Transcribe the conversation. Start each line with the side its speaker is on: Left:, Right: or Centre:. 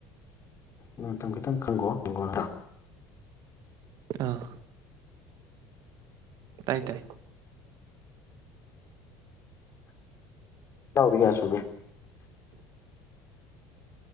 Left: ꯃꯇꯝ ꯈꯤꯇꯪ ꯈꯪꯉꯣ ꯍꯤꯡꯒꯣꯗꯔꯥ
Right: ꯑꯥ ꯇꯥꯏ ꯇꯥꯏ
Left: ꯆꯥꯎꯥꯎꯗꯤ ꯌꯥꯁꯨꯒ